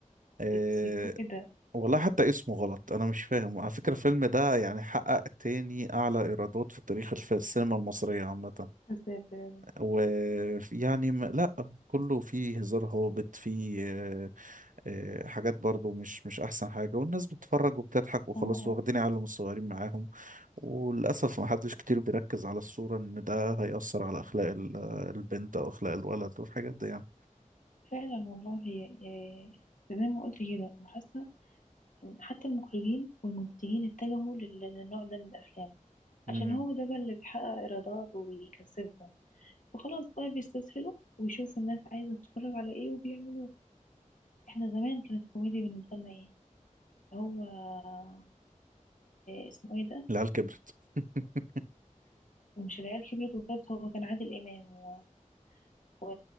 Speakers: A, on the right (about 75°); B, on the left (about 70°).
A: آه،
B: سيكو سيكو ايه ده
A: والله حتى اسمه غلط انا مش فاهم على فكره الفيلم ده يعني حقق تاني اعلى ايرادات في تاريخ الف- السينما المصريه عامه
B: عذاب يعني.
A: ويعني لا كله فيه هزار هابط فيه آه، آه، حاجات برضو مش مش احسن حاجة والناس بتتفرج وبتضحك
B: اه
A: وخلاص
B: آه.
A: واخدين عيالهم الصغيرين معاهم وللأسف ما حدش كتير بيركز على الصورة ان ده هيأثر على اخلاق ال- البنت او اخلاق الولد والحاجات دي يعني
B: فعلا والله آه، زي ما قلت كده أنا حاسة إن حتى المخرجين والمنتجين اتجهوا لل- للنوع ده من الأفلام
A: امم
B: عشان هو ده بقى اللي بيحقق إيرادات وبيكسبهم فخلاص بقى بيستسهلوا ويشوفوا الناس عايزة تتفرج على ايه وبيعملوه احنا زمان كانت الكوميديا بالنسبة لنا ايه هو آه اسمه ايه ده
A: العيال كبرت <laughs>
B: ومش العيال كبرت وبس هو كان عادل إمام و, و...